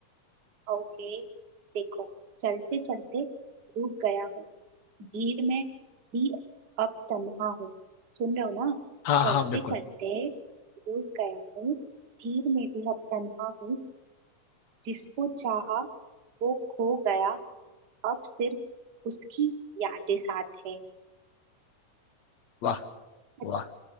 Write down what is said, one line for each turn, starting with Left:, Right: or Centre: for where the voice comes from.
Right: ओके देखो चलते चलते रुक गया हूँ भीड़ में भी अब तन्हा हूँ सुन रहे हो ना
Left: हाँ
Right: चलते
Left: हाँ बिल्कुल
Right: चलते रुक गया हूँ भीड़ में भी अब तन्हा हूँ जिसको चाहा वो खो गया अब सिर्फ उसकी यादें साथ है
Left: वाह
Right: मतलब
Left: वाह